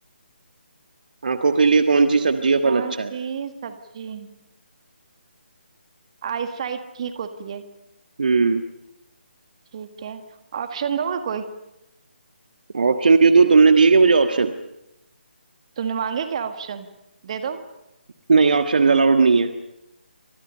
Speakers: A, on the right (about 50°); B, on the right (about 35°).
A: आंखों के लिए कौन सी सब्जी या
B: कौन
A: फल अच्छा
B: सी
A: है
B: सब्जी आईसाइट ठीक होती है
A: हम्म
B: ठीक है ऑप्शन दोगे कोई
A: ऑप्शन क्यों दूं तुमने दिए क्या मुझे ऑप्शन
B: तुमने मांगे क्या ऑप्शन दे दो
A: नहीं ऑप्शन अलाउड नहीं है